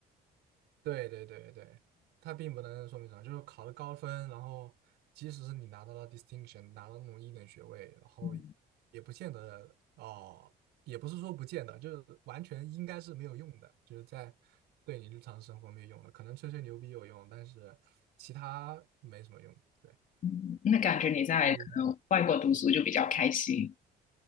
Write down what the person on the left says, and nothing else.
嗯，
嗯那感觉你在可能外国读书就比较开心，